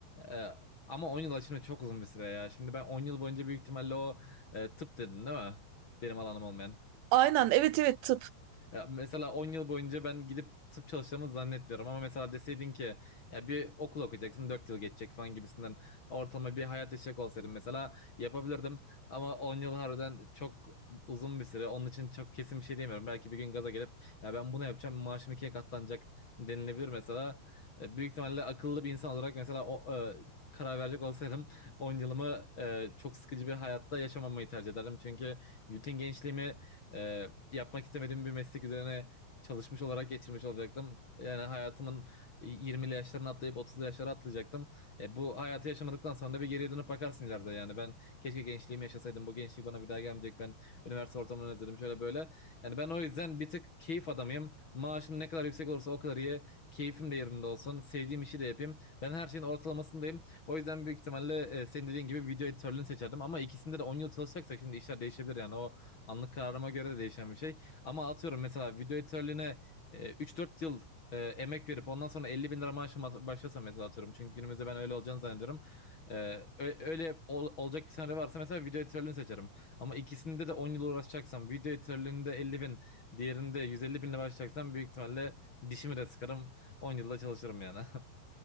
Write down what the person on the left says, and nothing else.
e, ama 10 yıl aslında çok uzun bir süre ya. Şimdi ben 10 yıl boyunca büyük ihtimalle o e, tıp dedin değil mi? Benim alanım olmayan.
Ya mesela 10 yıl boyunca ben gidip tıp çalışacağımı zannetmiyorum ama mesela deseydin ki ya bir okul okuyacaksın 4 yıl geçecek falan gibisinden ortalama bir hayat yaşayacak olsaydım mesela yapabilirdim ama 10 yıl harbiden çok uzun bir süre onun için çok kesin bir şey diyemiyorum. Belki bir gün gaza gelip ya ben bunu yapacağım maaşım ikiye katlanacak denilebilir mesela. E, Büyük ihtimalle akıllı bir insan olarak mesela o e, karar verecek olsaydım 10 yılımı e, çok sıkıcı bir hayatta yaşamamayı tercih ederdim. Çünkü bütün gençliğimi e, yapmak istemediğim bir meslek üzerine çalışmış olarak geçirmiş olacaktım. Yani hayatımın 20'li yaşlarını atlayıp 30'lu yaşlara atlayacaktım. E, bu hayatı yaşamadıktan sonra da bir geriye dönüp bakarsın ileride yani. Ben keşke gençliğimi yaşasaydım. Bu gençlik bana bir daha gelmeyecek. Ben üniversite ortamını özledim şöyle böyle. Yani ben o yüzden bir tık keyif adamıyım. Maaşım ne kadar yüksek olursa o kadar iyi. Keyfim de yerinde olsun. Sevdiğim işi de yapayım. Ben her şeyin ortalamasındayım. O yüzden büyük ihtimalle e, senin dediğin gibi video editörlüğünü seçerdim. Ama ikisinde de 10 yıl çalışacaksak şimdi işler değişebilir yani. O Anlık kararıma göre de değişen bir şey. Ama atıyorum mesela video editörlüğüne e, 3-4 yıl e, emek verip ondan sonra 50 bin lira maaşla başlasam mesela atıyorum. Çünkü günümüzde ben öyle olacağını zannediyorum. E, ö- öyle ol- olacak bir senaryo varsa mesela video editörlüğünü seçerim. Ama ikisinde de 10 yıl uğraşacaksam video editörlüğünde 50 bin diğerinde 150 binle başlayacaksam büyük ihtimalle dişimi de sıkarım 10 yılda çalışırım yani. <laughs>